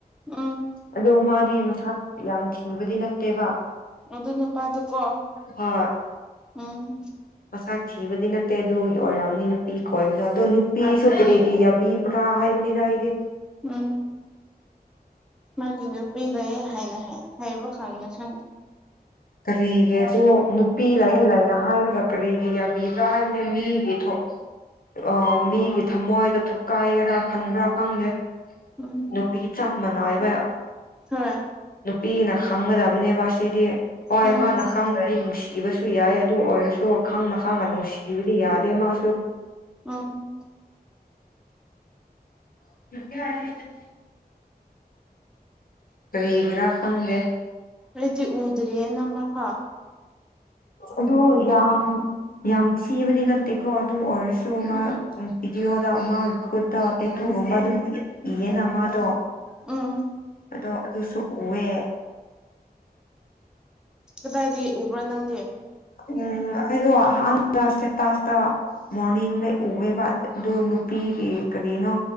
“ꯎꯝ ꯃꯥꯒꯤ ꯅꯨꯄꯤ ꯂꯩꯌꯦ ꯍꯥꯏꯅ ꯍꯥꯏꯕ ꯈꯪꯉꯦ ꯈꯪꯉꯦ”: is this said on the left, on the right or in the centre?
Centre